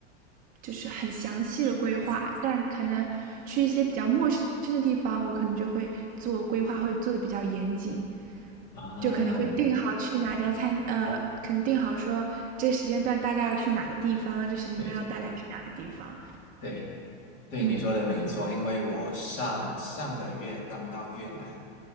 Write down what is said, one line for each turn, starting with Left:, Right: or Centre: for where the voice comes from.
Right: 就是很详细的规划，但可能去一些比较陌生的地方，我可能就会做规划，会做的比较严谨。
Left: 啊，
Right: 就可能会定好去哪家餐，呃，可能定好说这个时间段大概要去哪个地方，这时间段要大概去哪个地方。
Left: 对对对，
Right: 嗯，
Left: 你说的没错，因为我上上个月刚到越南，